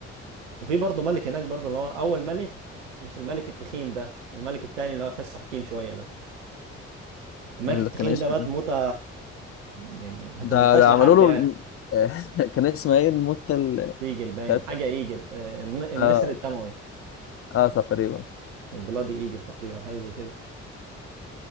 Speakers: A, on the right (about 75°); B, on the left (about 40°).
A: وفي برضه ملك هناك برضه اللي هو اول ملك مش الملك التخين ده الملك التاني اللي هو تحسه حكيم شويه ده الملك
B: اللي
A: التخين
B: كان اسمه
A: ده مات
B: إيه؟
A: موتة يعني ما
B: ده
A: تمناش
B: ده
A: لحد
B: عملوا
A: يعني
B: له <laughs> كان اسمه ايه الموتة ال-
A: ايجل باين
B: بتاعت
A: حاجه ايجل آه، الن- النسر
B: اه
A: الدموي
B: اه تقريبا
A: بلادي ايجل تقريبا حاجه زي كده